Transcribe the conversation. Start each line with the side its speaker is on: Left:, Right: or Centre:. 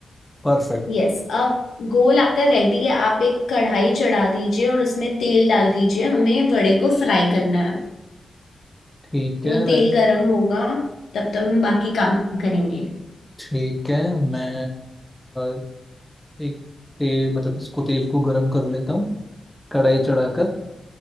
Centre: परफेक्ट
Left: यस अब गोल आपका रेडी है आप एक कढ़ाई चढ़ा दीजिए और उसमें तेल डाल दीजिए हमें वड़े को फ्राई करना है
Centre: ठीक
Left: तो
Centre: है
Left: वो
Centre: मैं
Left: तेल गरम होगा तब तब हम बाकी काम करेंगे
Centre: ठीक है मैं अ, एक ते, मतलब इसको तेल को गरम कर लेता हूँ कढ़ाई चढ़ाकर